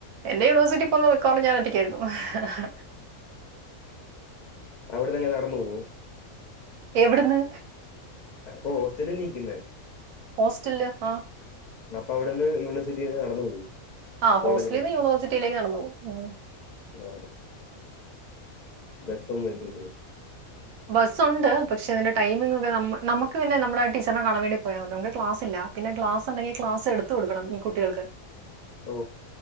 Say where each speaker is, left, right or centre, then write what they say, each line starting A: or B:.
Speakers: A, on the right; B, on the left.
A: എന്റെ യൂണിവേഴ്സിറ്റി പോകുന്ന മിക്കാവാറും ഞാനോറ്റക്കായിരുന്നു. ഇഹ ഇഹ
B: അവിടെന്നെങ്ങനെ നടന്നു പോവോ?
A: എവിടെന്ന്?
B: ഓ ഹോസ്റ്റലി നീക്കുന്നെ?
A: ഹോസ്റ്റലില് ആഹ്
B: അപ്പൊ അവിടുന്ന് യൂണിവേഴ്സിറ്റി വരേ നടന്നു പോവും.
A: ആ
B: കോളേജ്
A: ഹോസ്റ്റലിന്ന്
B: കാ
A: യൂണിവേഴ്സിറ്റിയിലേക്ക് നടന്നു ഉം
B: ആഹ് ബസ്സൊന്നും ഇല്ലല്ലേ
A: ബസ്സ് ഒണ്ട് പക്ഷെ അതിന്റെ ടൈമിംഗ് ഒക്കെ നമ് നമ്മക്ക് പിന്നെ നമ്മടെ ടീച്ചറിനെ കാണാൻ വേണ്ടി പോയാ മതി നമുക്ക് ക്ലാസ് ഇല്ല പിന്നെ ക്ലാസ് ഒണ്ടെങ്കി ക്ലാസ് എടുത്തു കൊടുക്കണം ഈ കുട്ടികൾക്ക്.
B: ഓ